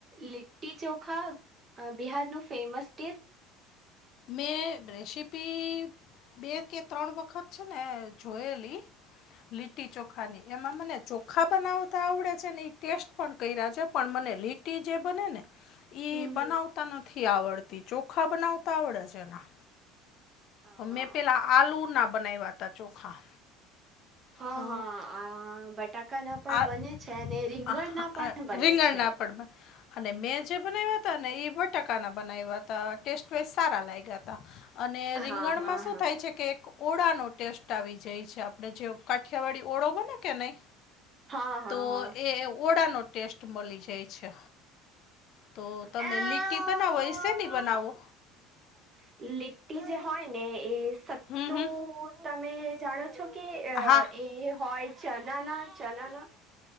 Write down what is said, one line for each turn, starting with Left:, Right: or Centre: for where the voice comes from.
Right: લિ્ટટી ચોખા બિહારનું ફેમસ ડિશ
Left: મેં રેસીપી બે કે ત્રણ વખત છે ને જોયેલી લીટી ચોખાની એમાં મને ચોખા બનાવતા આવડે છે ને એ ટેસ્ટ પણ કર રહ્યા છે પણ મને લી જે બને ને ઈ
Right: હમ
Left: બનાવતા નથી આવડતી ચોખા બનાવતા આવડે છે એના
Right: હમ
Left: મેં પેલા આલુ ના બના્યા ત ચોખા
Right: હા
Left: અ,
Right: હા આ બટાકા ના પણ
Left: આ
Right: બને છે અને રીંગણ
Left: આ
Right: ના પણ બને
Left: રીંગણના
Right: છે
Left: પણ બન- અને મેં જે બનાવ્યા ને બટાકાના બનાવ્યા હતા ટેસ્ટ વસ્ટ સારા લાગ્યા તા અને રીંગણમાં
Right: હા હા
Left: શું
Right: હા
Left: થાય છે કે એક ઓળાનો ટેસ્ટ આવી જાય છે આપ આપે જે કાઠિયાવાડી ઓળો બને કે નહી
Right: હા હા
Left: તો
Right: હા.
Left: એ ઓળનો ટેસ્ટ મળી જાય છે તો તમે
Right: હા.
Left: લીટી બનાવો એસેની બનાવો
Right: લીટી જે હોય ને એ સત્તું
Left: હમ હમ
Right: તમે જાણો છો કે અ
Left: હા
Right: એ હોય ચનાના ચનાના